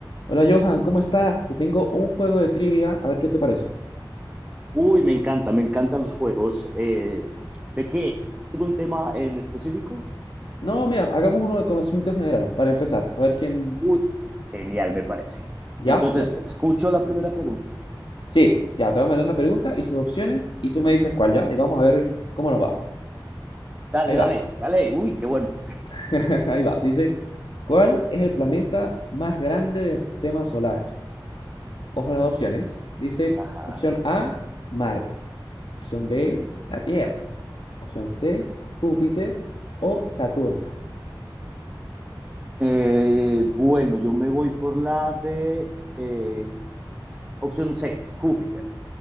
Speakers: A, on the left; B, on the right.
A: Hola Johan, ¿cómo estás? Te tengo un juego de trivia, a ver qué te parece.
B: Uy, me encanta, me encantan los juegos. Eh, ¿de qué? ¿Algún tema en específico?
A: No, mira, hagamos uno de conocimiento general para empezar, a ver quién...
B: Uy, genial, me parece.
A: ¿Ya?
B: Entonces,
A: ¿Ya?
B: escucho la primera pregunta.
A: Sí, ya, te voy a mandar una pregunta y sus opciones y tú me dices cuál, ¿ya? Y vamos a ver cómo nos va.
B: Dale,
A: Ahí
B: dale,
A: va,
B: dale. Uy, qué bueno.
A: <laughs> ahí va. Dice, ¿cuál es el planeta más grande del sistema solar? Ojo a las opciones. Dice,
B: Ajá.
A: opción A, Marte. Opción B, la Tierra. Opción C, Júpiter o Saturno.
B: Eh, bueno, yo me voy por la de eh, opción C, Júpiter.